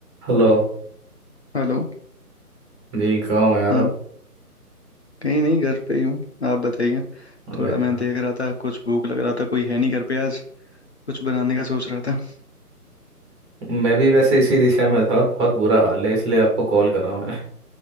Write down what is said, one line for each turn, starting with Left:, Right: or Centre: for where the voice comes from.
Right: Hello
Left: Hello
Right: जी कहाँ हो यार
Left: हाँ कहीं नहीं घर पे ही हूँ आप बताइए
Right: अरे
Left: थोड़ा
Right: यार
Left: मैं देख रहा था कुछ भूख लग रहा था कोई है नहीं घर पे आज कुछ बनाने का सोच रहा था
Right: मैं भी वैसे इसी दिशा में था और बहुत बुरा हाल है इसलिए आपको कॉल करा मैं